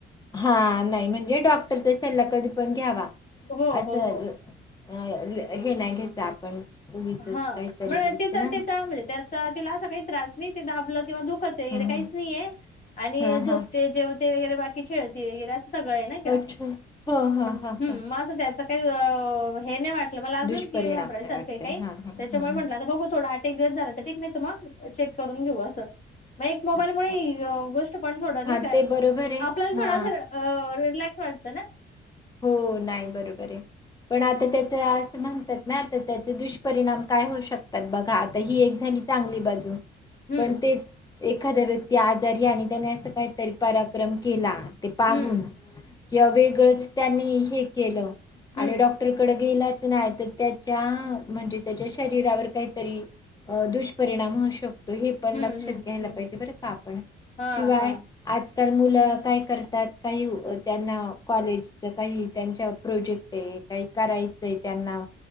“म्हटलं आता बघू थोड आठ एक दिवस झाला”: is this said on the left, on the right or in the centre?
Left